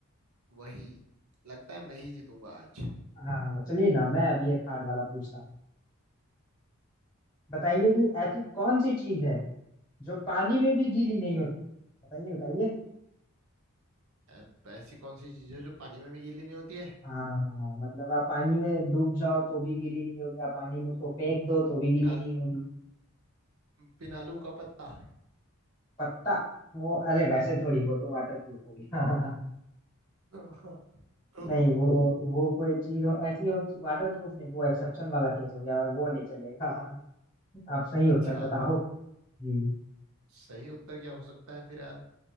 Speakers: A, on the right; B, on the left.
A: वही लगता है मैं ही जीतूंगा आज
B: हाँ चलिए ना मैं अभी एक हार्ड वाला पूछता हूँ बताइए कि ऐसी कौन सी चीज है जो पानी में भी गीली नहीं होती बताइए बताइए
A: ऐ- ऐसी कौन सी चीज है जो पानी में भी गीली नहीं होती है
B: हाँ मतलब आप पानी में डूब जाओ तो भी गीली नहीं होगी आप पानी में उसको फेंक दो तो भी गीली
A: पिनाल
B: नहीं होगी
A: पिनालू का पत्ता
B: पत्ता वो अरे वैसे थोड़ी वो तो वाटर प्रूफ होगी <laughs>
A: <laughs> तो
B: नहीं वो वो कोई चीज हो ऐसी हो वाटर प्रूफ नहीं वो एक्सेप्शन वाला केस हो गया वो नहीं चलेगा <laughs> आप सही उत्तर
A: अच्छा
B: बताओ जी।
A: सही उत्तर क्या हो सकता है फिर यार